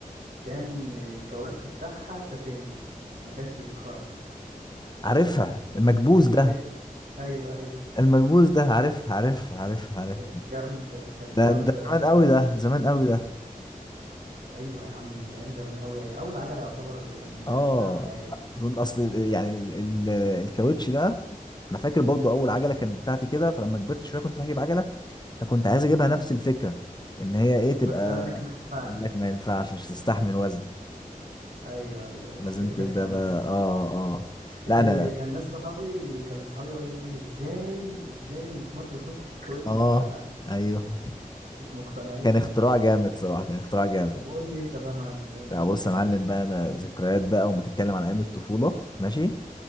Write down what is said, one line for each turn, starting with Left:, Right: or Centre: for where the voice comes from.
Right: كان الكاوتش بتاعها سفنج ما كانش بيتخرم
Left: عارفها المكبوس ده
Right: ايوه ايوه ايوه
Left: المكبوس ده عارف عارف عارف عارف
Right: كانت جامده كانت
Left: ده
Right: جامده
Left: ده
Right: يا
Left: زمان
Right: اسطى
Left: قوي ده زمان قوي ده
Right: ايوه يا عم من ايام زمان قوي اول عجله يعتبر يعني ركبتها
Left: اه
Right: في حياتي
Left: اظن اصل يعني ال- ال- الكاوتش ده انا فاكر برضو اول عجله كانت بتاعتي كده فلما كبرت شويه كنت رايح اجيب عجله فكنت عايز اجيبها نفس الفكره ان هي ايه تبقى
Right: بس قال لك ما ينفعش
Left: قال لك ما ينفعش مش تستحمل وزن
Right: ايوه ايوه ايوه
Left: لازم
Right: كانت دي
Left: تبدا
Right: كانت جامده
Left: بقى
Right: بصراحه
Left: اه اه
Right: كانت
Left: لا
Right: اللي
Left: انا
Right: كان ناس صحابي كانوا صحابي يقعدوا يقولوا لي ازاي ازاي المسمار بيخش في الكاوتش
Left: اه
Right: ما بيتفرقعش
Left: ايوه
Right: مش مقتنعين
Left: كان اختراع
Right: يعني
Left: جامد صراحه كان اختراع جامد
Right: طب قول لي انت بقى يا معلم قول
Left: لا بص
Right: لي
Left: يا
Right: انت
Left: معلم بقى انا ذكريات بقى وما تتكلم عن ايام الطفوله ماشي